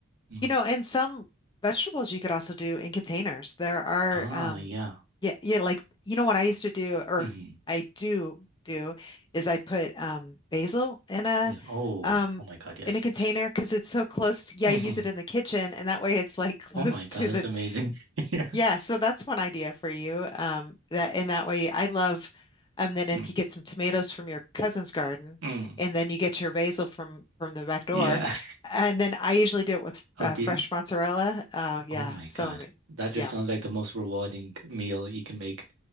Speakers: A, on the right; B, on the left.
A: Mm.
B: You know, and some vegetables you could also do in containers. There are,
A: Ah,
B: um,
A: yeah.
B: yeah, yeah, like you know what I used to do, or
A: hmm
B: I do do, is I put um, basil in a
A: Yeah. Oh,
B: um,
A: oh my God, yes.
B: in a container because it's so close to, yeah,
A: hmm
B: I use it in the kitchen, and that way it's like <laughs> close
A: Oh my God,
B: to
A: that's
B: the
A: amazing. <laughs> Yeah.
B: yeah, so that's one idea for you. Um, that in that way, I love. And then
A: Mm.
B: if you get some tomatoes from your cousin's garden,
A: Mm.
B: and then you get your basil from from the back door,
A: Yeah.
B: and then I usually do it with
A: <laughs> I'll
B: uh,
A: be,
B: fresh mozzarella. Uh, yeah,
A: oh my
B: so
A: God.
B: ama-
A: That just
B: yeah,
A: sounds like the most rewarding meal you can make.